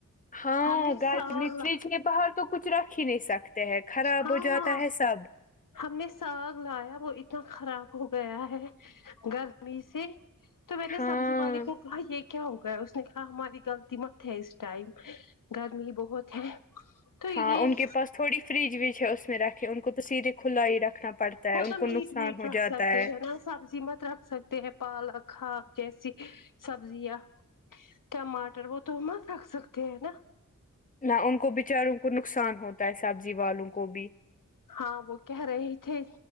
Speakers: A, on the left; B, on the left.
A: ہاں
B: ہم نے
A: گھر
B: ساگ
A: میں
B: لا
A: فریج کے باہر تو کچھ رکھ ہی نہیں سکتے ہیں خراب
B: ہاں
A: ہو جاتا ہے سب
B: ہم نے ساگ لایا وہ اتنا خراب ہو گیا ہے گرمی سے تو میں نے
A: ہاں
B: سبزی پانی وہ کہا یہ کیا ہو گیا اس نے کہا ہماری غلطی مت ہے اس ٹائم گرمی بہت ہے تو یہ
A: ہاں ان کے پاس تھوڑی فریج وج ہے اس میں رکھیں ان کو تو سیدھے کھلا ہی رکھنا پڑتا ہے
B: وہ
A: ان
B: تو
A: کو
B: میٹ
A: نقصان
B: ویٹ
A: ہو
B: رکھ
A: جاتا
B: سکتے ہے نا سبزی مت رکھ سکتے ہیں پالک ہاک جیسی سبزیاں ٹماٹر وہ تو <unintelligible> رکھ ستے ہیں ہے نا
A: نہ ان کو بچاروں کو نقصان ہوتا ہے سبزی والوں کو بھی
B: ہاں وہ کہہ رہے تھے